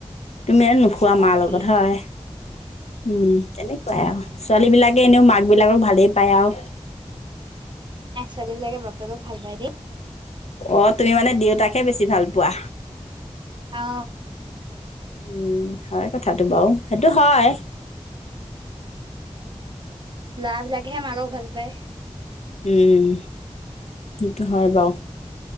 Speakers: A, on the left (about 70°); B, on the right (about 45°).
A: তুমিয়ে নোখোৱা
B: তাকেই
A: মাৰ লগত হয়? উম তেনেকুৱাই। ছোৱালী বিলাকে এনেও মাক বিলাকক ভাল পায়। পায় আৰু
B: ছোৱালীবিলাকে বাপেকক ভাল পাই দেই।
A: অ তুমি মানে দেউতাকে বেছি ভাল পা পোৱা।
B: অ
A: উম হয় কথাটো বাৰু সেইটো হয়।
B: লৰা বিলাককহে মাকক ভাল পায়।
A: উম সেইটো হয় বাৰু,